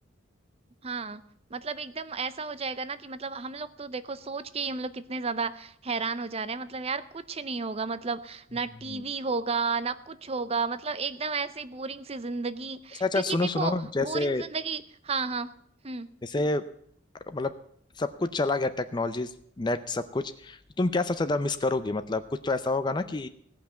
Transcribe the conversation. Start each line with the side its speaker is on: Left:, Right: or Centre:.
Right: हाँ मतलब एकदम ऐसा हो जाएगा ना कि मतलब हम लोग तो देखो सोच के ही हम लोग कितने ज्यादा हैरान हो जा रहे हैं मतलब यार कुछ नहीं होगा मतलब
Left: हम्म।
Right: ना टीवी होगा ना कुछ होगा मतलब एकदम ऐसे बोरिंग सी जिंदगी
Left: अच्छा अच्छा
Right: क्योंकि
Left: सुनो
Right: देखो
Left: सुनो जैसे
Right: बोरिंग जिंदगी हाँ हाँ हम्म
Left: जैसे मतलब सब कुछ चला गया टेक्नोलॉजी नेट सब कुछ तो तुम क्या सबसे ज्यादा मिस करोगी मतलब कुछ तो ऐसा होगा ना कि